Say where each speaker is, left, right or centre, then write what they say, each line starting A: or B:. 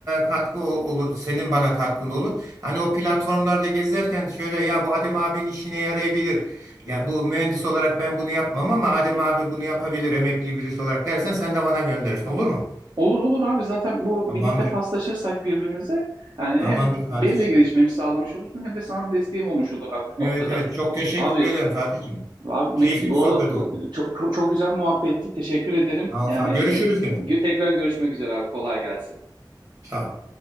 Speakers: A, on the right (about 45°); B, on the right (about 65°).
A: katkı ol- olur. Senin bana katkın olur. Hani o platformlarda gezerken şöyle ya bu Adem abinin işine yarayabilir. Ya bu mühendis olarak ben bunu yapmam ama Adem abi bunu yapabilir emekli birisi olarak dersen sen de bana gönderirsin olur mu?
B: Olur olur abi zaten bu
A: Tamamdır.
B: birlikte paslaşırsak birbirimize yani
A: Tamamdır
B: hem
A: Fatih'im.
B: benim de gelişmemi sağlamış olursun hem de sana desteğim olmuş olur abi bu noktada.
A: Evet evet çok teşekkür
B: Abi
A: ederim Fatih'im.
B: Abi,
A: Keyifli
B: me- bu
A: bir sohbet
B: arada
A: oldu.
B: e, çok, çok güzel muhabbetti. Teşekkür ederim.
A: Sağ
B: Yani
A: ol, sağ ol. Görüşürüz gene.
B: gö- tekrar görüşmek üzere abi. Kolay gelsin.
A: Sağ ol.